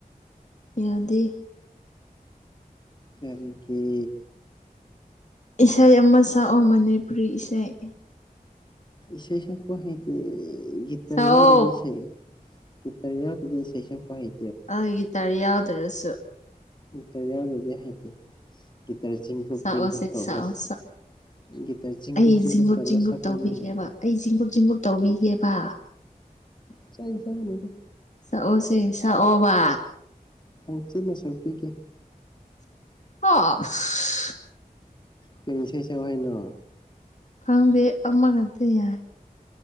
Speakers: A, on the left; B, on the left.
A: ꯌꯥꯗꯦ
B: ꯀꯔꯤꯒꯤ
A: ꯏꯁꯩ ꯑꯃ ꯁꯛꯑꯣ ꯃꯅꯤꯄꯨꯔꯤ ꯏꯁꯩ
B: ꯏꯁꯩ ꯁꯛꯄ ꯍꯩꯇꯦ ꯒꯤꯇ꯭ꯔ
A: ꯁꯛꯑꯣ
B: ꯌꯥꯎꯗꯕ ꯏꯁꯩꯥ ꯒꯤꯇ꯭ꯔ ꯌꯥꯎꯗꯔꯗꯤ ꯏꯁꯩ ꯁꯛꯄ ꯍꯩ
A: ꯑꯣꯏ ꯒꯤꯇꯔ ꯌꯥꯎꯗ꯭ꯔꯁꯨ
B: ꯒꯤꯇꯔ ꯌꯥꯎꯗ꯭ꯔꯗꯤ ꯍꯩꯇꯦ ꯒꯤꯇꯔ ꯆꯤꯡꯒꯨꯞ
A: ꯁꯛꯑꯣꯁꯦ
B: ꯆꯤꯡꯒꯨꯞ ꯇꯧꯔꯒ
A: ꯁꯛꯑꯣ ꯁꯛ
B: ꯒꯤꯇꯔ ꯆꯤꯡꯒꯨꯞ
A: ꯑꯩ
B: ꯆꯤꯡꯒꯨꯞ
A: ꯖꯤꯡꯒꯨꯞ
B: ꯇꯧꯔꯒ
A: ꯖꯤꯡꯒꯨꯞ
B: ꯁꯛꯄꯗꯨꯅ
A: ꯇꯧꯕꯤꯒꯦꯕ ꯑꯩ ꯖꯤꯡꯒꯨꯞ ꯖꯤꯡꯒꯨꯞ ꯇꯧꯕꯤꯒꯦꯕ
B: ꯆꯥꯛ ꯆꯥꯅꯤꯗ
A: ꯁꯛꯑꯣꯁꯦ ꯁꯛꯑꯣꯕ
B: ꯑꯧ ꯆꯤꯟꯅ ꯁꯛꯄꯤꯒꯦ
A: ꯑꯁ
B: ꯀꯩ ꯏꯁꯩ ꯁꯛꯑꯣ ꯍꯥꯏꯅꯣ
A: ꯈꯪꯗꯦ ꯑꯃꯀꯛꯇ ꯌꯥꯏ